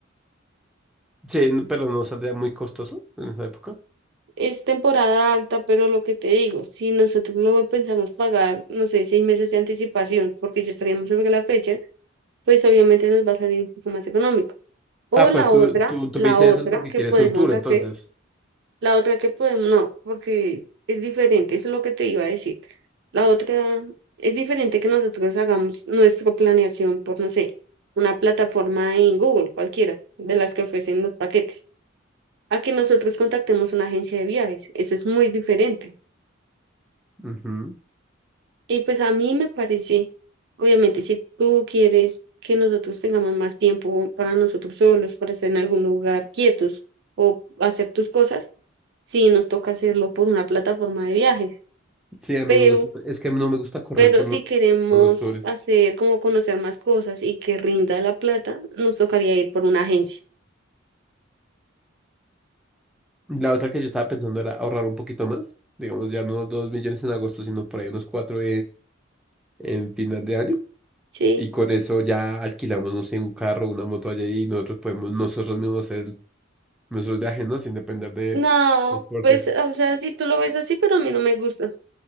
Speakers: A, in the centre; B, on the right.
A: Sí, n- pero no saldría muy costoso en esa época.
B: Es temporada alta, pero lo que te digo, si nosotros luego pensamos pagar, no sé, seis meses de anticipación, porque ya estaríamos sobre la fecha, pues obviamente nos va a salir un poco más económico. O
A: Ah,
B: la
A: pero tú,
B: otra,
A: tú, tú
B: la
A: me dices
B: otra
A: eso es porque
B: que
A: quieres
B: podemos
A: un tour, entonces.
B: hacer La otra que podemos, no, porque es diferente, eso es lo que te iba a decir. La otra es diferente que nosotros hagamos nuestra planeación por, no sé, una plataforma en Google, cualquiera, de las que ofrecen los paquetes, a que nosotros contactemos una agencia de viajes. Eso es muy diferente.
A: Ujú.
B: Y pues a mí me parece, obviamente, si tú quieres que nosotros tengamos más tiempo para nosotros solos, para estar en algún lugar quietos o hacer tus cosas, sí nos toca hacerlo por una plataforma de viajes
A: Sí, a
B: pero,
A: mí me gusta. Es que no me gusta correr
B: pero
A: con
B: si
A: los,
B: queremos
A: con los tours.
B: hacer como conocer más cosas y que rinda la plata, nos tocaría ir por una agencia,
A: La otra que yo estaba pensando era ahorrar un poquito más. Digamos, ya no dos millones en agosto, sino por ahí unos cuatro en final de año.
B: ¿sí?
A: Y con eso ya alquilamos, no sé, un carro, una moto allá y nosotros podemos nosotros mismos hacer nuestros viajes, ¿no? Sin depender de
B: No,
A: transporte.
B: pues, o sea, sí tú lo ves así, pero a mí no me gusta,